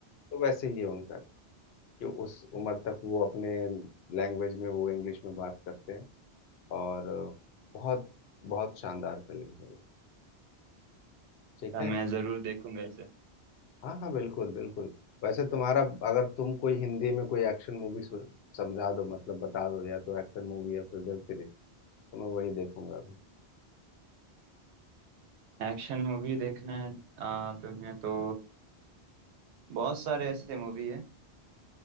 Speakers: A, on the left; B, on the right.
A: तो वैसे ही है उनका भी, कि उस उम्र तक वो अपने लैंग्वेज में वो इंग्लिश में बात करते हैं और बहुत बहुत शानदार फिल्म है ये ठीक
B: तो
A: है
B: मैं जरूर देखूंगा इसे
A: हाँ हाँ बिल्कुल बिल्कुल वैसे तुम्हारा अगर तुम कोई हिंदी में कोई एक्शन मूवी समझा दो मतलब बता दो या तो एक्शन मूवी या कोई वेब सीरीज तो मैं वही देखूंगा अभी
B: एक्शन मूवी देखना है आ, तुम्हें तो बहुत सारे ऐसे मूवी है